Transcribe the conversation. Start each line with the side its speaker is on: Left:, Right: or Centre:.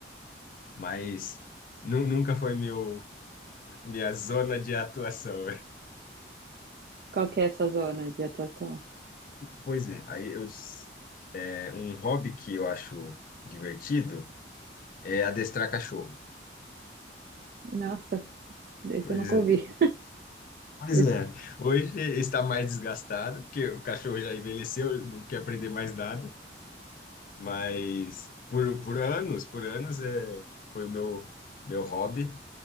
Left: Mas. Nu- Nunca foi meu, Minha zona de atuação.
Right: Qual que é a sua zona de atuação?
Left: Pois é, aí eu, é, um hobby que eu acho divertido é adestrar cachorro.
Right: Nossa, esse
Left: Pois
Right: eu nunca
Left: é.
Right: ouvi.
Left: Pois
Right: <laughs>
Left: é. Hoje está mais desgastado, porque o cachorro já envelheceu, não quer aprender mais nada, mas por, por anos, por anos, é, foi o meu, meu hobby,